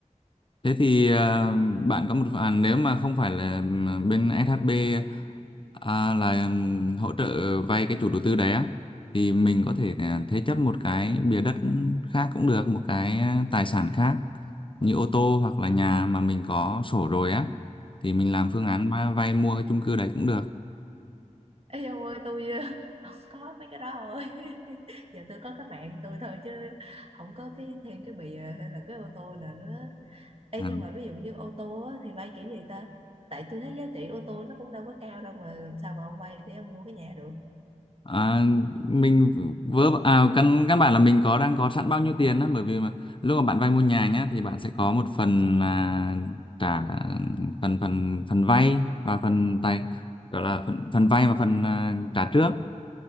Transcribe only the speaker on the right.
Ừ.
Ê ông ơi, tôi <laughs> có mấy cái đó không ơi <laughs> giờ tôi có cái mạng tôi thôi chứ không có cái thêm cái bìa hay là cái ô tô nào nữa Ê,
nhưng mà ví dụ như ô tô á, thì vay kiểu gì ta tại tôi thấy giá trị ô tô nó cũng đâu có cao đâu mà làm sao mà ông vay để ông mua cái nhà được